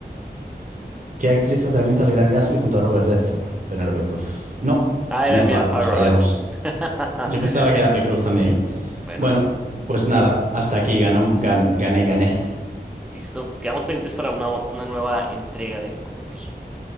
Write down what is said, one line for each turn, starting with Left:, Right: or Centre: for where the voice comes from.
Right: ¿Qué actriz protagoniza el Gran Gatsby junto a Robert Redford? Penélope Cruz. No,
Centre: Ah,
Right: Mia
Centre: era Mia
Right: Farrow,
Centre: Farrow.
Right: pues fallamos.
Centre: <laughs>
Right: Yo pensaba que era P. Cruz también, ¿eh?
Centre: Bueno,
Right: Bueno, pues
Centre: ahí,
Right: nada, hasta aquí ganó- gan- gané, gané.
Centre: listo. Quedamos pendientes para una, una nueva entrega del concurso.